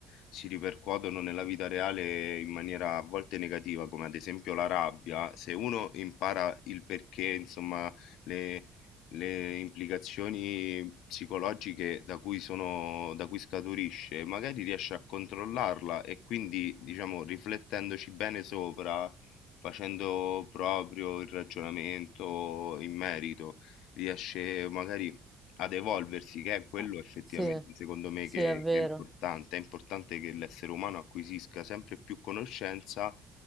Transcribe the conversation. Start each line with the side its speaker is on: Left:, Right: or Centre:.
Left: si ripercuotono nella vita reale in maniera a volte negativa, come ad esempio la rabbia. Se uno impara il perché, insomma, le le implicazioni psicologiche da cui sono, da cui scaturisce, magari riesce a controllarla e quindi, diciamo, riflettendoci bene sopra, facendo proprio il ragionamento in merito, riesce magari ad evolversi, che è quello
Centre: ah,
Left: effettivamente
Centre: sì,
Left: secondo me
Centre: sì,
Left: che
Centre: è vero.
Left: che è importante. È importante che l'essere umano acquisisca sempre più conoscenza,